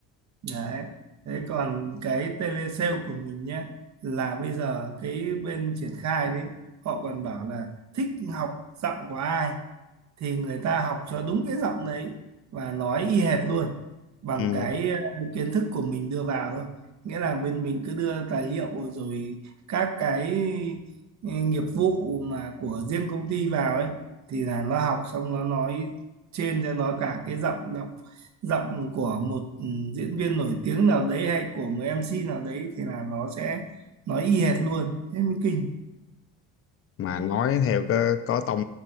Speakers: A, on the right; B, on the left.
A: đấy thế còn cái telesale của mình nhé là bây giờ cái bên triển khai đấy họ còn bảo là thích học giọng của ai thì người ta học cho đúng cái giọng đấy và nói y hệt luôn bằng
B: ừ.
A: cái ờ, kiến thức của mình đưa vào thôi nghĩa là bên mình cứ đưa tài liệu rồi các cái ờ, nghiệp vụ mà của riêng công ty vào ấy thì là nó học xong nó nói trên cho nó cả cái giọng đọc giọng của một ừ, diễn viên nổi tiếng nào đấy hay của một MC nào đấy thì là nó sẽ nói y hệt luôn thế mới kinh
B: mà nói theo có có tông